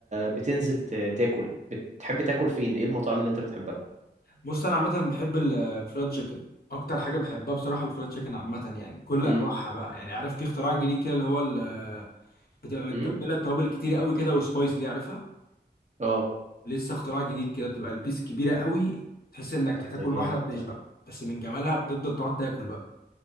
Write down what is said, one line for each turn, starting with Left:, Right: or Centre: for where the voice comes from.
Right: بتنزل ت- تاكل بتحب تاكل فين ايه المطاعم اللي انت بتحبها
Left: بص انا عامه بحب الفرايد تشيكن اكتر حاجه بحبها بصراحه الفرايد تشيكن عامه يعني كل
Right: امم
Left: انواعها بقى يعني عارف في اختراع جديد كده اللي هو ال- بتبقى متبله
Right: امم
Left: توابل كتير قوي كده وسبايسي دي عارفها
Right: اه
Left: لسه اختراع جديد كده بتبقى البيس كبيره قوي تحس انك
Right: طب
Left: هتاكل
Right: ده جامد
Left: واحده وتشبع
Right: ده
Left: بس من جمالها بتفضل تقعد تاكل بقى